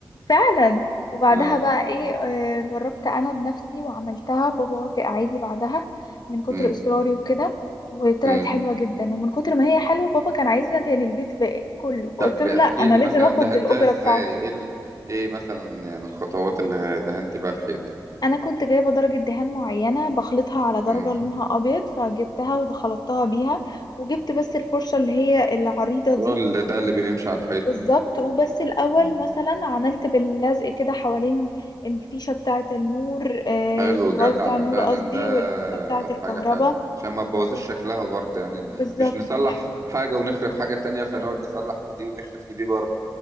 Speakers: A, on the left (about 55°); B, on the right (about 40°).
A: فعلا وبعدها
B: اه
A: بقى ايه آه، جربت انا بنفسي وعملتها بابا وافق عادي بعدها من كتر
B: امم
A: اصراري وكده وطلعت
B: امم
A: حلوه جدا ومن كتر ما هي حلوه بابا كان عايزنا تاني البيت بقى كله فقلت
B: طب
A: له
B: احكي
A: لا انا
B: لي
A: لازم
B: مثلا
A: اخد
B: دهنتها
A: الاجره
B: ازاي
A: بتاعتي
B: ايه ال... ايه مثلا يعني الخطوات اللي دهنت بيها الحيطه
A: انا كنت جايبه درجه دهان معينه بخلطها على درجه
B: امم
A: لونها ابيض فجبتها وخلطتها بيها وجبت بس الفرشه اللي هي العريضه
B: الرول
A: دي
B: ده اللي بيمشي على الحيطه
A: بالظبط وبس الاول
B: امم
A: مثلا عملت باللزق كده حوالين الفيشه بتاعه النور آه
B: حلو
A: الزرار
B: جدع
A: بتاع النور
B: فعلا
A: قصدي
B: ده
A: والفيشه بتاعه الكهرباء
B: حاجه حلوه عشان ما تبوظيش
A: و-
B: شكلها برضه يعني
A: وبالظبط
B: مش نصلح حاجه ونخرب حاجه تانية فنقعد نصلح في دي ونخرب في دي برضه